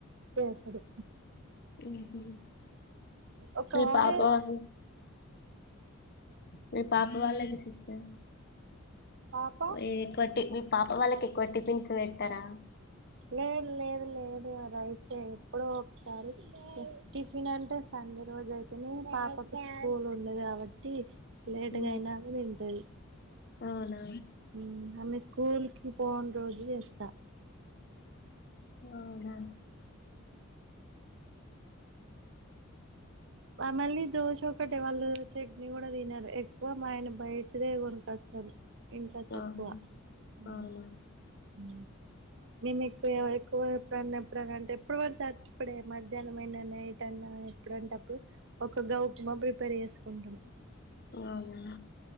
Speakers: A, on the right; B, on the left.
A: చేసుడే
B: ఉహు
A: ఒక్కడ
B: మీ పాప వాళ్ళు మీ పాప రాలేదా సిస్టర్
A: పాప
B: ఏ కట్టి పాప వాళ్ళకి ఎక్కువ టిఫిన్స్ పెడతారా
A: లేదు లేదు లేదు రైసే ఎప్పుడో ఒకసారి టిఫిన్ అంటే స సండే రోజ అయితేనే పాపకు స్కూల్ ఉండదు కాబట్టి, లేట్గానే
B: అవునా
A: తింటది,
B: అవునా
A: ఉ అన్ని స్కూల్కి పోన్ రోజులు చేస్తా
B: ఆహా
A: మళ్ళీ దోశ ఒకటే వాళ్ళు చట్నీ కూడా తినారు ఎక్కువ మా ఆయన బయటదే కొనుకోతారు, ఇంట్ల తక్కువ
B: అవును,
A: ఉ
B: అవునా
A: ఉ మేము ఎక్కువ ఎక్కువ ఎప్పుడన్నా ఎప్పుడన్నా అంటే ఎప్పుడు పడుతేచ్చపడే మధ్యాహ్నంమయినా నైట్ అన్నా ఎప్పుడంటేప్పుడు ఒక గా ఉప్మా ప్రిపేర్ చేసుకుంటాం,
B: ఇగా మళ్ల